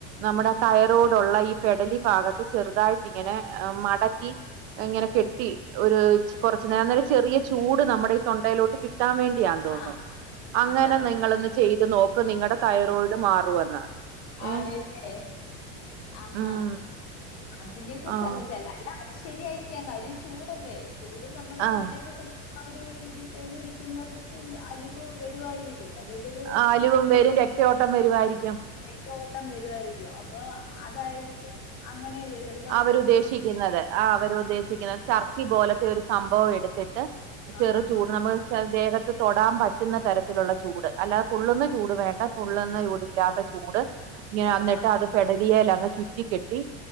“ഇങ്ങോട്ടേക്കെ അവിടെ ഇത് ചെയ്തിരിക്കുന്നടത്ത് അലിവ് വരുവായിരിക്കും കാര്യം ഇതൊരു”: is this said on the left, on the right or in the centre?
Left